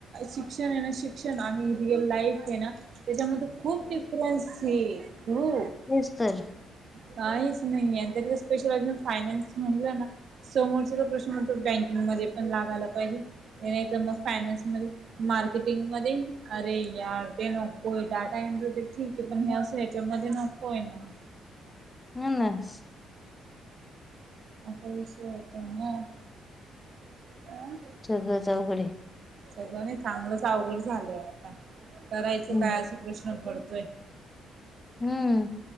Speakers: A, on the right; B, on the left.
A: शिक्षण ये ना शिक्ण आणि रियल लाईफ ये ना त्याच्यामध्ये खूप डिफरन्स हो
B: येस तर
A: काहीच नाही स्पेशल फायनान्स म्हणलं ना समोरचा प्रश्न ग बँकिंग मध्ये पण लागायला पाहिजे नाही तर मग फायनान्स मध्ये मार्केटिंग मध्ये अरे या ते नकोय डाटा एन्रटेड ठीक आहे पण हे असं याच्यामध्ये नको होय ना
B: ह नास
A: असा विषय होतो ना हम्
B: सगळं जाौघडे
A: सगळं नाही चांगलंच अवघड झालंय आता करायचं
B: हम्म
A: काय असं प्रश्न पडतोय
B: हम्म